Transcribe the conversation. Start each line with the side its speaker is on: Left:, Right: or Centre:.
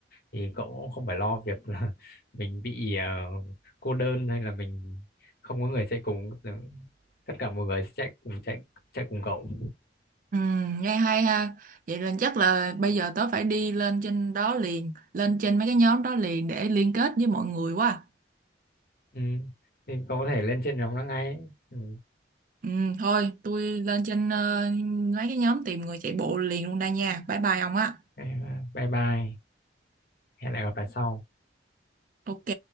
Left: thì cậu cũng không phải lo việc là <laughs> mình bị ờ, cô đơn hay là mình không có người chạy cùng tất cả mọi người sẽ chạy cùng chạy chạy cùng cậu
Right: Ừ, nghe hay ha. Vậy nên chắc là bây giờ tớ phải đi lên trên đó liền, lên trên mấy cái nhóm đó liền để liên kết với mọi người quá.
Left: ừ. thì cậu có thể lên trên nhóm đó ngay ừ.
Right: Ừ, thôi tôi lên trên ờ, mấy cái nhóm tìm người chạy bộ liền luôn đây nha. Bye bye ông á.
Left: ok, bye bye hẹn lại gặp lại sau
Right: Ok.